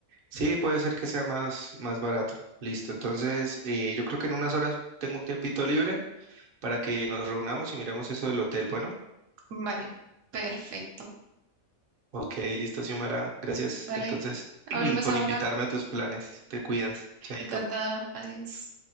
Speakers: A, on the right (about 55°); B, on the right (about 70°).
A: Sí, puede ser que sea más, más barato. Listo, entonces eh, yo creo que en unas horas tengo un tiempito libre para que nos reunamos y miremos eso del hotel. Bueno,
B: Vale, perfecto.
A: ok, listo, Xiomara. Gracias
B: Vale,
A: entonces
B: hablemos
A: <clears throat> por
B: ahora.
A: invitarme a tus planes. Te cuidas, chaito.
B: Encantada. Adiós.